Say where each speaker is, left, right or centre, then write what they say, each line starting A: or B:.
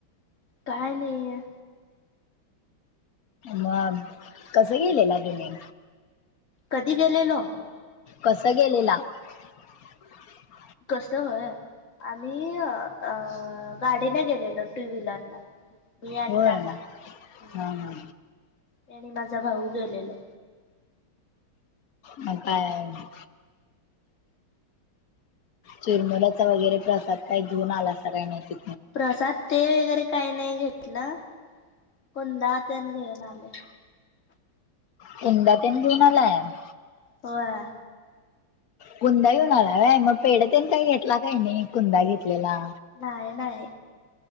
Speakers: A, on the left; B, on the left.
A: काय नाय.
B: मग कसं गेलेला तुम्ही?
A: कधी गेलेलो?
B: कसं गेलेला? <inaudible>
A: कसं होय? आम्ही अ गाडीने गेलेलो टू व्हीलरला. मी आणि
B: होय
A: दादा हं,
B: हा हा
A: मी आणि माझा भाऊ गेलेलो.
B: म काय आहे? चिरमुऱ्याचा वगैरे प्रसाद काही घेऊन आलासा काय नाही ति
A: प्रसाद ते वगैरे काही नाही घेतलं कुंदा तेन घेऊन आलो.
B: कुंदा तेन घेऊन आलाय आज.
A: होय.
B: कुंदा घेऊन आला व्हय मग, पेढ तेन काही घेतला काही नाही कुंदा घेतलेला.
A: नाय नाही.